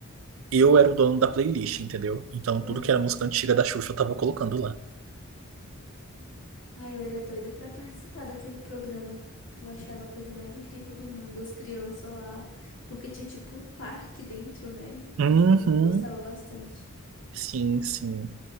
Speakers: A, on the right; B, on the left.
A: eu era o dono da playlist, entendeu? Então
B: Uhum.
A: tudo que era música antiga da Xuxa eu tava colocando lá.
B: Ai, eu era doida pra participar daquele programa. Eu achava a coisa mais incrível do mundo, as crianças lá, porque tinha tipo um parque dentro, né?
A: Uhum.
B: E eu gostava bastante.
A: Sim, sim.